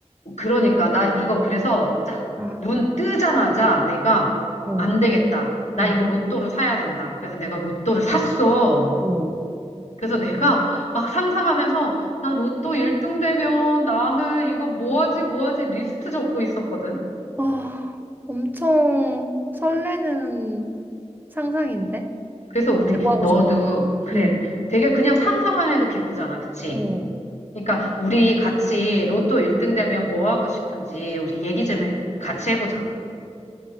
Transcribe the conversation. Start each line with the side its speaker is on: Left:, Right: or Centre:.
Left: 그러니까 나 이거 그래서 쫙
Right: 아,
Left: 눈 뜨자마자 내가
Right: 어,
Left: 안 되겠다. 나
Right: 어,
Left: 이거 로또를 사야 된다. 그래서 내가 로또를 샀어.
Right: 어.
Left: 그래서 내가 막 상상하면서 나 로또 1등 되면 나는 이거 뭐하지 뭐하지 리스트 적고 있었거든.
Right: 아, 엄청 설레는 상상인데?
Left: 그래서 우리
Right: 뭐 하고
Left: 너도
Right: 싶어?
Left: 그래
Right: 응,
Left: 되게 그냥 상상만 해도 기쁘잖아. 그치?
Right: 어.
Left: 그러니까 우리 같이 로또 1등 되면 뭐 하고 싶은지 우리 얘기 좀 해, 같이 해보자.